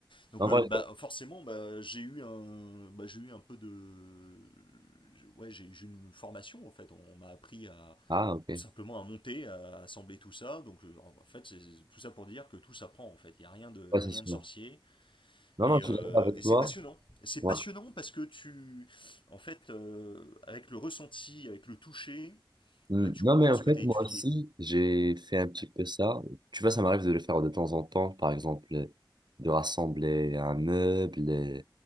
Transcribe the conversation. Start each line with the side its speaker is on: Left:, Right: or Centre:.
Left: Donc,
Right: En
Left: euh,
Right: vrai,
Left: bah,
Right: je vois.
Left: forcément, bah, j'ai eu un, bah, j'ai eu un peu de, ouais, j'ai j'ai eu une formation, en fait. On, on m'a appris à,
Right: ah, ok. Ouais,
Left: tout simplement à monter, à assembler tout ça. Donc, euh, en fait, c'est tout ça pour dire que tout s'apprend, en fait. Il y a rien de, il
Right: c'est
Left: y a rien
Right: sûr.
Left: de sorcier.
Right: Non,
Left: Et,
Right: non, je
Left: euh,
Right: suis d'accord avec
Left: et c'est
Right: toi.
Left: passionnant. C'est
Right: Ouais.
Left: passionnant parce que tu, en fait, euh, avec le ressenti, avec le toucher,
Right: Hmm,
Left: bah, tu
Right: Non,
Left: comprends
Right: mais en
Left: ce
Right: fait,
Left: que tu as étudié
Right: moi aussi, j'ai fait un petit peu ça. Tu vois, ça m'arrive de le faire de temps en temps, par exemple, euh, de rassembler un meuble, euh,